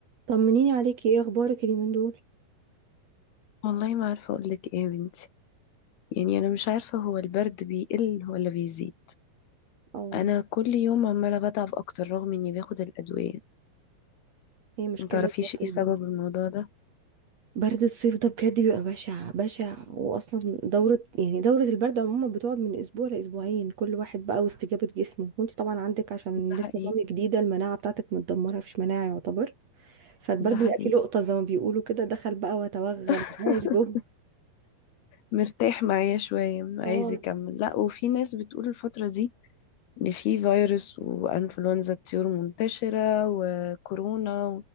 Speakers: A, on the right; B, on the left.
A: طمنيني عليكي ايه اخبارك اليومين دول
B: والله ما عارفة أقولك إيه يا بنتي يعني أنا مش عارفة هو البرد بيقل ولا بيزيد
A: او
B: أنا كل يوم عمالة بتعب أكتر رغم إني باخد الأدوية
A: هي مشكله
B: متعرفيش
A: برد
B: إيه
A: الم-
B: سبب الموضوع ده
A: برد الصيف ده بجد بيبقى بشع بشع واصلا دوره يعني دوره البرد عموما بتقعد من اسبوع لاسبوعين كل واحد بقى واستجابه جسمه وانت طبعا عندك عشان
B: ده
A: لسه
B: حقيقي
A: مامي جديده المناعه بتاعتك متدمره مفيش مناعه يعتبر فالبرد
B: ده حقيقي
A: اللي اكله لقطه زي ما بيقولوا كده دخل بقى وتوغل
B: <laughs>
A: معايا جوه
B: مرتاح معايا شوية عايز
A: اه
B: يكمل لأ وفي ناس بتقول الفترة دي إن في فيروس وإنفلونزا الطيور منتشرة وكورونا